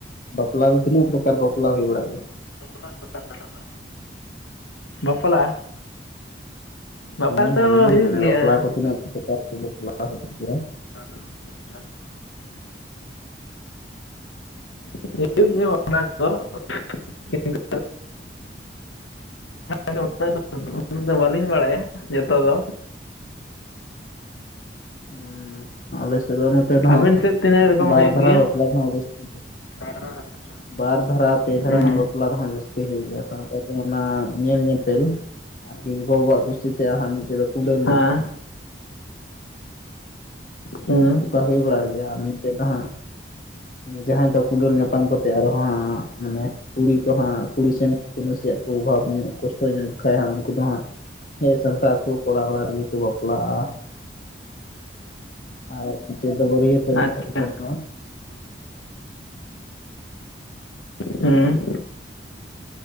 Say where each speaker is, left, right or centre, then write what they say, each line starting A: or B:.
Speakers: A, on the left (about 45°); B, on the left (about 80°).
A: ᱵᱟᱯᱞᱟ ᱫᱚ ᱛᱤᱱᱟᱹᱜ ᱯᱨᱚᱠᱟᱨ ᱵᱟᱯᱞᱟ ᱦᱳᱭ ᱵᱟᱲᱟᱜ ᱜᱮᱭᱟ?
B: <inaudible> ᱵᱟᱯᱞᱟ, ᱵᱟᱯᱞᱟ
A: ᱦᱩᱸ ᱦᱩᱸ
B: ᱛᱚ ᱦᱳᱭᱳᱜ
A: ᱢᱟᱱᱮ
B: ᱜᱮᱭᱟ
A: ᱵᱟᱯᱞᱟ <inaudible>
B: <inaudible> <inaudible> <inaudible> ᱵᱟᱹᱞᱤᱧ ᱵᱟᱲᱟᱭᱟ ᱡᱚᱛᱚ ᱫᱚ,
A: ᱦᱩᱸ, ᱟᱞᱮ ᱥᱮᱫ ᱫᱚ ᱱᱚᱛᱮ ᱫᱚ
B: ᱟᱵᱮᱱ
A: ᱦᱟᱸᱜ
B: ᱥᱮᱫ ᱛᱤᱱᱟᱹᱜ ᱨᱚᱠᱚᱢ
A: ᱵᱟᱨ
B: ᱦᱩᱭᱩᱜ
A: ᱫᱷᱟᱨᱟ
B: ᱜᱮᱭᱟ
A: ᱵᱟᱯᱞᱟ ᱫᱚ ᱦᱟᱸᱜ ᱡᱟᱹᱥᱛᱤ ᱜᱮ,
B: <inaudible>
A: ᱵᱟᱨ ᱫᱷᱟᱨᱟ ᱯᱮ ᱫᱷᱟᱨᱟ
B: ᱦᱩᱸ
A: ᱦᱚᱸ ᱵᱟᱯᱞᱟ ᱫᱟᱦᱟᱜ ᱡᱟᱹᱥ ᱦᱩᱭᱩᱜ ᱜᱮᱭᱟ ᱥᱟᱶᱛᱟ ᱛᱮ ᱚᱱᱟ ᱧᱮᱞ ᱧᱮᱯᱮᱞ ᱟᱨᱠᱤ ᱜᱚᱜᱚᱼ ᱵᱟᱵᱟᱣᱟᱜ ᱠᱩᱥᱤ ᱛᱮ ᱟᱨ ᱢᱤᱫᱴᱮᱡ ᱫᱚ, ᱠᱩᱸᱰᱟᱹᱞ ᱧᱟᱯᱟᱢ
B: ᱦᱮᱸ, ᱦᱩᱸ,
A: ᱠᱟᱦᱤ ᱵᱟᱲᱟᱭ ᱫᱚ ᱢᱤᱫ ᱛᱮᱱ ᱫᱚ ᱦᱟᱸᱜ, ᱡᱟᱦᱟᱸᱭ ᱫᱚ ᱠᱩᱰᱟᱹᱞ ᱧᱟᱯᱟᱢ ᱠᱟᱛᱮ ᱟᱨᱚ ᱦᱚᱸ ᱢᱟᱱᱮᱼᱼ ᱠᱩᱲᱤ ᱠᱚ ᱦᱟᱸᱜ ᱠᱩᱲᱤ ᱥᱮᱱ ᱱᱟᱥᱮᱭᱟᱜ ᱠᱚ ᱚᱵᱷᱟᱵᱽ ᱧᱚᱜ ᱠᱚᱥᱴᱚ ᱧᱚᱜ ᱠᱷᱟᱡ ᱦᱟᱸᱜ ᱩᱱᱠᱩ ᱫᱚ ᱦᱟᱸᱜ ᱦᱮᱸ, ᱥᱟᱱᱛᱟᱲ ᱠᱚ ᱠᱚᱲᱟ ᱚᱲᱟᱜ ᱨᱮ ᱜᱮ ᱠᱚ ᱵᱟᱯᱞᱟᱜᱼᱟ ᱾ ᱟᱨ <inaudible> ᱛᱮ ᱟᱝᱠᱟ
B: ᱟᱪᱪᱷᱟ
A: ᱠᱚ ᱪᱚᱞᱟᱜ
B: ᱦᱩᱸ,